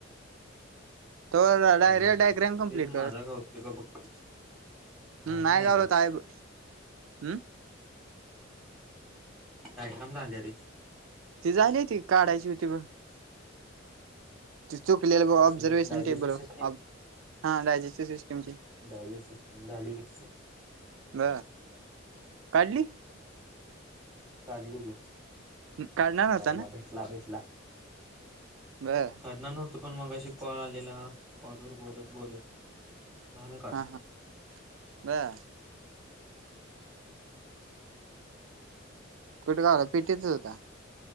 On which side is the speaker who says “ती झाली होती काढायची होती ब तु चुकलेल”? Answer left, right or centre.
Right